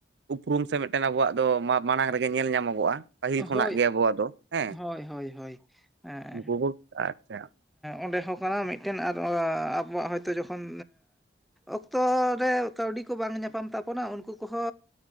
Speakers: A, on the right (about 70°); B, in the centre.
A: ᱩᱯᱨᱩᱢ ᱥᱮ ᱢᱮᱫᱴᱮᱱ ᱟᱵᱚᱣᱟᱜ ᱫᱚ ᱢᱟᱲᱟᱝ ᱨᱮᱜᱮ ᱧᱮᱞ ᱧᱟᱢᱚᱜᱚᱜᱼᱟ ᱯᱟᱹᱦᱤᱞ ᱠᱷᱚᱱᱟᱜ
B: ᱦᱳᱭ
A: ᱜᱮ ᱟᱵᱚᱣᱟᱜ ᱫᱚ ᱦᱮᱸ
B: ᱦᱳᱭ ᱦᱳᱭ ᱦᱳᱭ ᱦᱮᱸ
A: ᱩᱱᱠᱩ ᱠᱚ ᱟᱪᱪᱷᱟ
B: ᱚᱸᱰᱮ ᱦᱚᱸ ᱠᱟᱱᱟ ᱢᱤᱫᱴᱮᱱ ᱟᱨ ᱟᱵᱚᱣᱟᱜ ᱦᱚᱭᱛᱳ ᱡᱚᱠᱷᱚᱱ ᱚᱠᱛᱚ ᱨᱮ ᱠᱟᱹᱣᱰᱤ ᱠᱚ ᱵᱟᱝ ᱧᱟᱯᱟᱢ ᱛᱟᱵᱚᱱᱟ ᱩᱱᱠᱩ ᱠᱚᱦᱚᱸ